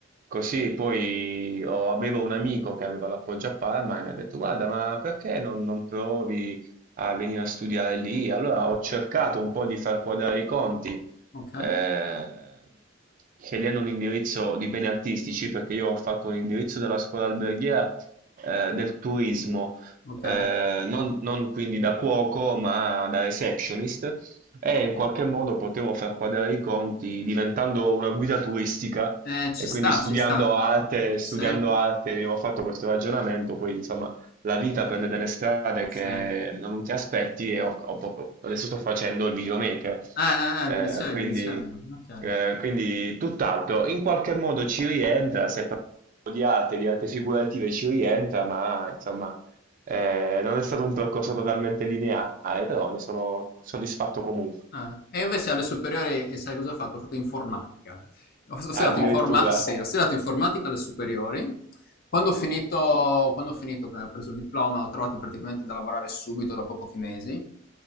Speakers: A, on the right (about 40°); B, on the left (about 50°).
A: così poi ho- avevo un amico che aveva l'appoggio a Parma e mi ha detto: Guarda, ma perché non, non provi a venire a studiare lì? Allora ho cercato un po' di far quadrare i conti
B: ok,
A: eh, scegliendo un indirizzo di beni artistici, perché io ho fatto un indirizzo della scuola alberghiera eh, del turismo,
B: ok.
A: eh, non, non quindi da cuoco, ma da receptionist, e in qualche modo potevo far quadrare i conti diventando una guida turistica.
B: Eh, ci
A: E quindi
B: sta,
A: studiando
B: ci sta.
A: arte,
B: Sì,
A: studiando arte, abbiamo fatto questo ragionamento, poi insomma la vita prende delle strade
B: sì.
A: che
B: Eh,
A: non ti aspetti e ho, ho proprio- adesso sto facendo il videomaker.
B: eh,
A: Eh,
B: eh, mi ricevi,
A: quindi,
B: mi ricevi. Ok.
A: eh, quindi tutt'altro. In qualche modo ci rientra, se parlo di arte, di arte figurative ci rientra, ma insomma, eh, non è stato un percorso totalmente lineare, però ne sono soddisfatto comunque.
B: Ah, e invece alle superiori, e sai cosa ho fatto? Ho fatto informatica. Ho ho studiato,
A: Addirittura,
B: Ah, informa- sì, ho super. studiato informatica alle superiori. Quando ho finito, quando ho finito, che ho preso il diploma, ho trovato praticamente da lavorare subito, dopo pochi mesi.